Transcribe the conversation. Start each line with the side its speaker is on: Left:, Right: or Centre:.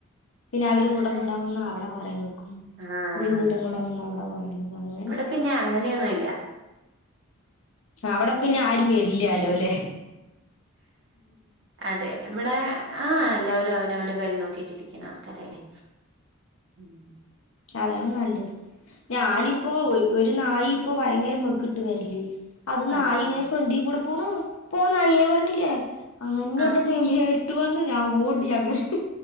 Left: പിന്നെ അവര്
Right: അതന്നെ
Left: കൂട്ടം കൂടാൻ വന്ന അവടെ കൊറേ നിക്കും
Right: ആഹ്
Left: ഇവര് കൂട്ടം കൂടാൻ വന്ന അവിടെ കൊറേ അങ്ങനെയൊക്കെ
Right: ഇവിടെ പിന്നെ അങ്ങനെയൊന്നുല്ല
Left: അവിടെ പിന്നെ ആരും വര ഇല്ല്യലൊ ലെ
Right: അതെ ഇവിടെ ആ എല്ലാവരും അവനവന്റെ കാര്യം നോക്കിയിട്ടിരിക്കണാണ് തല്ലേ <unintelligible>
Left: അതാണ് നല്ലത് ഞാനിപ്പോ ഒരു നായി ഇപ്പോ ഭയങ്കര മെക്കട്ട് വരല് അത്
Right: അതാ
Left: നായി ഇങ്ങനെ ഫ്രണ്ടി ക്കൂടെ ണ് പോ നായിയെ പറഞ്ഞില്ലേ അങ്ങനെന്റെ
Right: ആഹ്
Left: വിട്ട് വന്ന് ഞാൻ ഓടി അങ്ങനെ